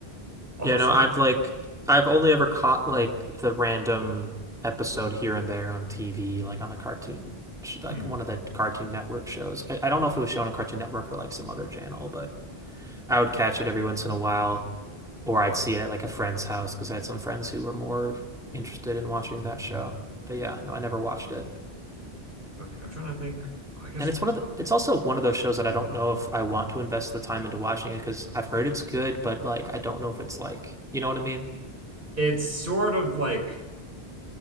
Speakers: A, on the right; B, in the centre.
A: also
B: Yeah, no,
A: something.
B: I've like I've only ever caught like the random episode here and there on TV, like on a cartoon sh- like
A: hmm,
B: one of the Cartoon Network shows. I, I don't know if it was shown on Cartoon Network or like some other channel, but I would catch it every once in a while. or I'd see it at like a friend's house because I had some friends who were more interested in watching that show. But yeah, no, I never watched it.
A: okay, I'm trying to think. I guess
B: And it's
A: one.
B: one of the, it's also one
A: yep.
B: of those shows that I don't know if I want to invest the time into watching it because I've heard it's good, but like I don't know if it's like, you know what I mean?
A: It's sort of like.